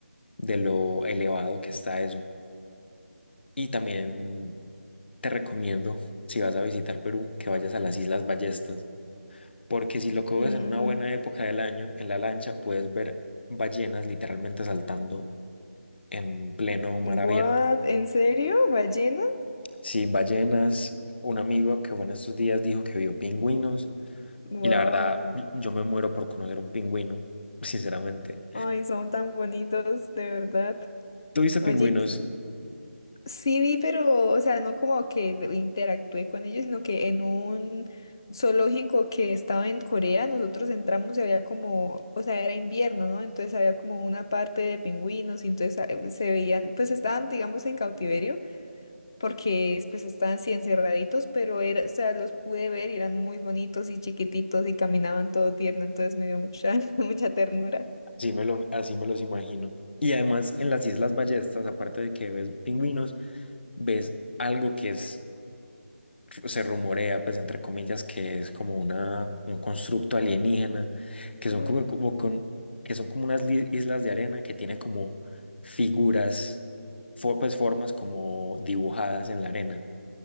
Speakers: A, on the left (about 50°); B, on the left (about 15°).
A: de lo elevado que está eso. Y también te recomiendo, si vas a visitar Perú, que vayas a las Islas Ballestas. porque si lo coges
B: Mm,
A: en una buena época del año, en la lancha, puedes ver ballenas literalmente saltando en pleno mar
B: what?
A: abierto.
B: ¿En serio? ¿Ballena?
A: Sí, ballenas, un amigo que fue en estos días dijo que vio pingüinos
B: Wow.
A: y la verdad, yo me muero por conocer un pingüino, <laughs> sinceramente.
B: Ay, son tan bonitos, de verdad.
A: ¿Tuviste pingüinos?
B: Oye, que sí vi, pero, o sea, no como que interactué con ellos, sino que en un zoológico que estaba en Corea, nosotros entramos y había como, o sea, era invierno, ¿no? Entonces había como una parte de pingüinos y entonces ah, eh, se veían, pues estaban, digamos, en cautiverio, porque pues estaban así encerraditos, pero era, o sea, los pude ver y eran muy bonitos y chiquititos y caminaban todo tierno, entonces me dio mucha, <laughs> mucha ternura.
A: Así me lo, así me los imagino. Y además en las Islas Ballestas, aparte de que ves pingüinos, ves algo que es se rumorea, pues entre comillas, que es como una, un constructo alienígena, que
B: <gasps>
A: son como, como con, que son como unas li- islas de arena que tienen como figuras, fo- pues formas como dibujadas en la arena.